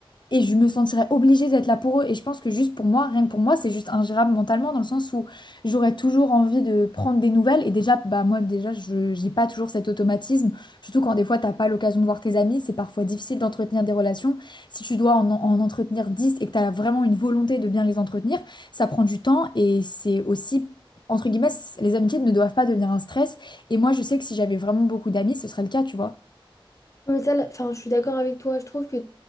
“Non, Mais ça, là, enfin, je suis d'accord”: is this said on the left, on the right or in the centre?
Left